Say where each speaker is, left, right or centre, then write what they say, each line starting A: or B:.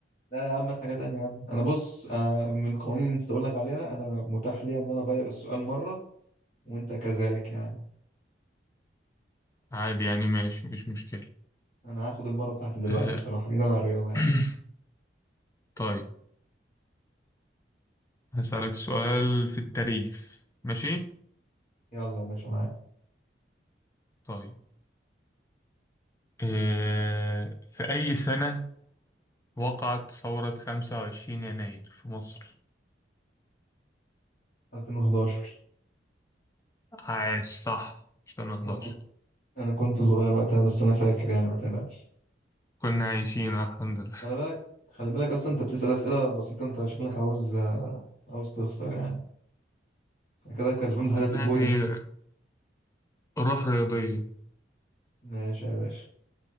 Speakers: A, on the left; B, on the left.
A: لا لا يا عم هات حاجة تانية يا عم أنا بص أنا من القوانين اللي نسيت أقول لك عليها أنا متاح لي إن أنا أغير السؤال مرة وأنت كذلك يعني
B: عادي يعني ماشي مفيش مشكلة
A: أنا هاخد المرة بتاعتي دلوقتي
B: آه
A: بصراحة بعيدا عن الرياضة يعني
B: <clears throat> طيب هسألك سؤال في التاريخ ماشي؟
A: يلا يا باشا معاك
B: طيب آه في أي سنة وقعت ثورة 25 يناير في مصر؟
A: 2011
B: عاش صح 2011
A: أنا كنت انا كنت صغير وقتها بس انا فاكر يعني ما تقلقش
B: كنا عايشين الحمد لله
A: خلي بالك خلي بالك اصلا انت بتسأل اسئله بسيطه انت شكلك عاوز عاوز تخسر يعني أنا كده كسبان لحد
B: أما
A: البوينت
B: عادي روح رياضية
A: ماشي يا باشا